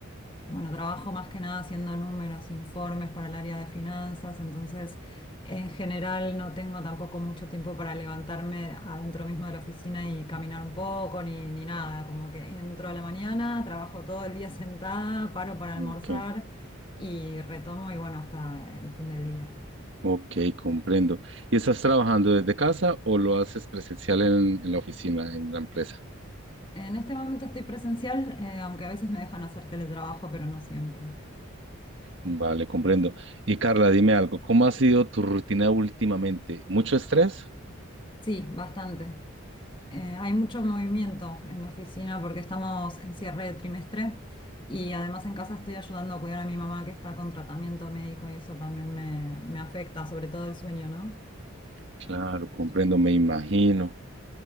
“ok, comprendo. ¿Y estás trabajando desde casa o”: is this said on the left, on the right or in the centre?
Right